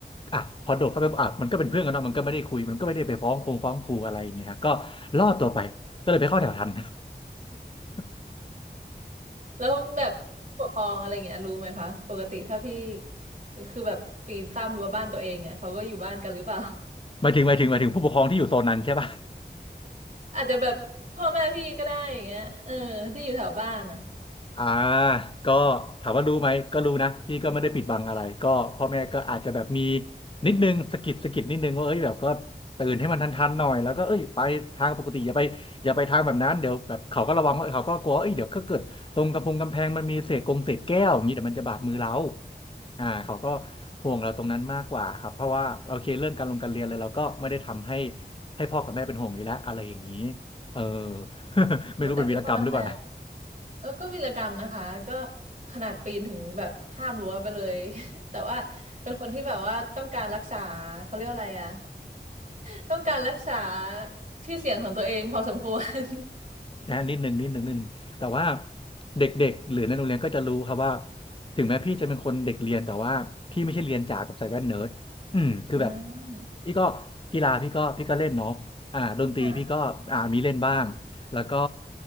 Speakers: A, on the left; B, on the right.
A: อ่ะพอโดดเข้าไปอ่ะมันก็เป็นเพื่อนกันเนาะมันก็ไม่ได้คุยมันก็ไม่ได้ไปฟ้องคงฟ้องครูอะไรอย่างเงี้ยฮะก็ล่อตัวไปก็เลยไปเข้าแถวทัน <laughs>
B: แล้วแบบผู้ปกครองอะไรเงี้ยรู้ไหมคะ ปกติถ้าพี่ คือแบบปีนข้ามรั้วบ้านตัวเองเนี่ยเขาก็อยู่บ้านกันหรือเปล่า
A: หมายถึงหมายถึงหมายถึงผู้ปกครองที่อยู่โซนนั้นใช่ปะ
B: อาจจะแบบพ่อแม่พี่ก็ได้อย่างเงี้ยเออที่อยู่แถวบ้านอ่ะ
A: อ่าก็ถามว่ารู้ไหมก็รู้นะพี่ก็ไม่ได้ปิดบังอะไรก็พ่อแม่ก็อาจจะแบบมีนิดนึงสะกิดสะกิดนิดนึงว่าเอ้ยแบบก็ตื่นให้มันทันๆหน่อยแล้วก็เอ้ยไปทางปกติอย่าไปอย่าไปทางแบบนั้นเดี๋ยวแบบเขาก็ระวังว่าเขาก็กลัว่าเอ้ยเดี๋ยวก็เกิดตรงกำพงกำแพงมันมีเศษกงเศษแก้วอย่างนี้เดี๋ยวมันจะบาดมือเราอ่าเขาก็ห่วงเราตรงนั้นมากกว่าครับเพราะว่าโอเคเรื่องการลงการเรียนอะไรเราก็ไม่ได้ทำให้ให้พ่อกับแม่เป็นห่วงอยู่แล้วอะไรอย่างนี้เออ <laughs>
B: อ๋อแต่พี่บอลแบบ
A: ไม่รู้เป็นวีรกรรมหรือเปล่านะ
B: เออก็วีรกรรมนะคะ ก็ขนาดปีนถึงแบบข้ามรั้วไปเลย <laughs> แต่ว่าเป็นคนที่แบบว่าต้องการรักษาเขาเรียกว่าอะไรอะ <laughs> ต้องการรักษาชื่อเสียงของตัวเองพอสมควร
A: นะฮะนิดหนึ่งนิดหนึ่งนิดหนึ่งแต่ว่าเด็กๆหรือในโรงเรียนก็จะรู้ครับว่าถึงแม้พี่จะเป็นคนเด็กเรียนแต่ว่าพี่ไม่ใช่เรียนจ๋าแบบใส่แว่นเนิร์ดอืมคือแบบ
B: <laughs> อืม
A: พี่ก็กีฬาพี่ก็พี่ก็เล่นเนาะอ่าดนตรีพี่ก็อ่ามีเล่นบ้างแล้วก็
B: ค่ะ